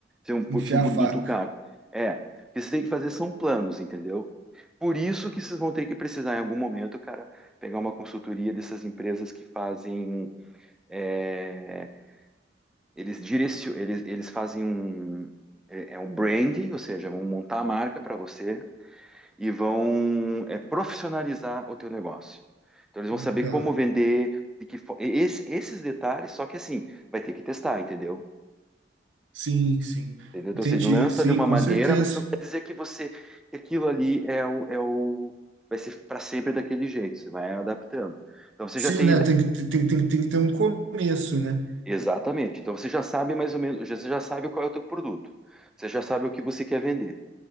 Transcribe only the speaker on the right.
enfiar
a faca
então
sim sim
entendi
sim
com
certeza
sim
né
tem que tem, tem, tem que ter um começo né